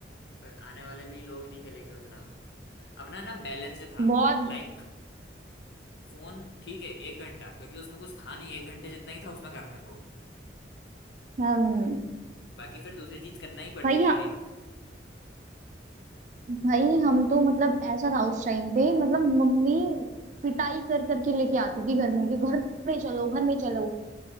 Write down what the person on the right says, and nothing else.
बहुत
हम
भाई
भाई हम तो मतलब ऐसा था उस टाइम पे मतलब मम्मी पिटाई कर करके लेके आती थी घर में कि घर में चलो घर में चलो